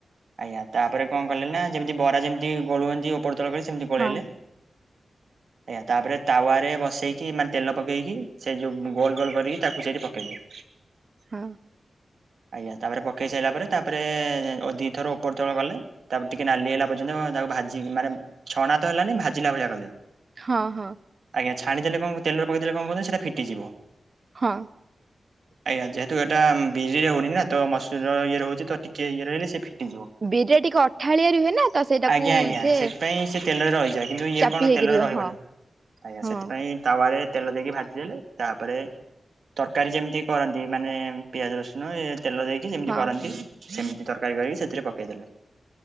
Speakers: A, on the right (about 75°); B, on the right (about 50°).
A: ଆଜ୍ଞା ତାପରେ କଣ କଲେ ନା ଯେମିତି ବରା ଯେମିତି ଗୋଳୁଅନ୍ତି ଉପର ତଳ କରି ସେମିତି ଗୋଳେଇଲେ।
B: ହଁ
A: ଆଜ୍ଞା ତାପରେ ତାୱାରେ ବସେଇକି ମାନେ ତେଲ ପକେଇକି ସେ ଯୋଉ ଗୋଲ ଗୋଲ କରିକି ତାକୁ ସେଇଠି ପକେଇଲେ।
B: ହଁ।
A: ଆଜ୍ଞା ତାପରେ ପକେଇ ସାଇଲା ପରେ ତାପରେ ଦିଥର ଉପର ତଳ କଲେ। ତାପରେ ଟିକେ ନାଲି ହେଲା ପର୍ଯ୍ୟନ୍ତ ତାକୁ ଭାଜି ମାନେ ଛଣା ତ ହେଲାନି ଭାଜିଲା ଭଳିଆ କଲେ।
B: ହଁ ହଁ।
A: ଆଜ୍ଞା ଛାଣିଦେଲେ କଣ ତେଲ ପକେଇଦେଲେ କଣ କୁହତୁନା ସେଟା ଫିଟିଯିବ।
B: ହଁ।
A: ଆଜ୍ଞା ଯେହେତୁ ଏଟା ବିରିରେ ହଉନି ନା ତ ମସୁର ଇଏ ର ହହୁଚି ତ ଟି ଟିକେ ଇଏ ରହିଲ ସିଏ ଫିଟିଯିବ।
B: ବିରି ଟିକେ ଅଠାଳିଆରୁ ହେ ନା ତ ସେଇଟାକୁ
A: ଆଜ୍ଞା ଆଜ୍ଞା
B: ସେ
A: ସେଥିପାଇଁ ସେ ତେଲରେ ରହିଯାଏ କିନ୍ତୁ ଇଏ
B: ଚାପି
A: କଣ
B: ହେଇକି
A: ତେଲରେ
B: ରୁହେ
A: ରହିବନି
B: ହଁ
A: ଆଜ୍ଞା
B: ହଁ
A: ସେଥିପାଇଁ ତାୱରେ ତେଲ ଦେଇକି ଭାଜି ଦେଲେ ତାପରେ ତରକାରୀ ଯେମିତି କରନ୍ତି ମାନେ ପିଆଜ ରସୁଣ ତେଲ ଦେଇକି। ଯେମିତି
B: ହଁ
A: କରନ୍ତି ସେମିତି ତରକାରୀ କରିକି ସେଥିରେ ପକେଇଦେଲେ।